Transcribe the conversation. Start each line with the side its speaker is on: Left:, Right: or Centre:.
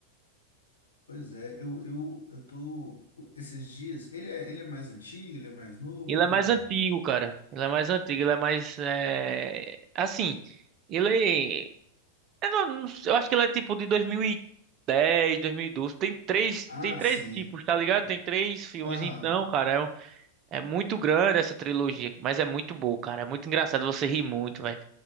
Left: Pois é, eu, eu, eu tô. Esses dias. Ele é, ele é mais antigo, ele é mais novo,
Right: Ele
Left: como
Right: é mais
Left: é que
Right: antigo,
Left: é?
Right: cara. Ele é mais antigo, ele é mais é... assim, ele é Eu, não- não sei, eu acho que ela é tipo de dois dois mil mil e dez, dois mil e doze. Tem três,
Left: Ah,
Right: tem três
Left: sim.
Right: tipos, tá ligado? Tem três filmes.
Left: Aham.
Right: Então, cara, é, um- é muito grande essa trilogia, mas é muito boa, cara. É muito engraçado, você ri muito, velho.